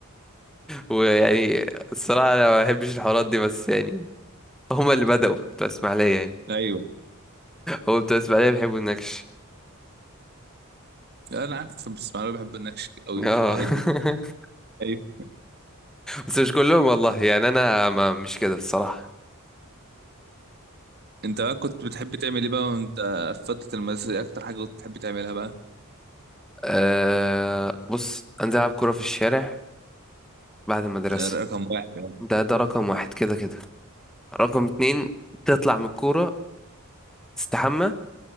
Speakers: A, in the centre; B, on the right (about 50°).
A: ويعني الصراحة انا ما بحبش الحوارات دي بس يعني هما اللي بدأوا بتوع اسماعيلية يعني
B: ايوه
A: هو بتوع اسماعيلية بيحبوا النكش
B: انا عارف بس انا بحب النكش قوي
A: اه
B: في الحوارات دي
A: <laughs>
B: ايوه
A: بس مش كلهم والله يعني انا ما مش كده الصراحه
B: انت بقى كنت بتحب تعمل ايه بقى وانت في فتره المدرسه دي اكتر حاجه كنت بتحب تعملها بقى
A: أه بص انزل العب كوره في الشارع بعد المدرسه
B: ده رقم واحد يعني.
A: ده ده رقم واحد كده كده رقم اتنين تطلع من الكوره تستحمى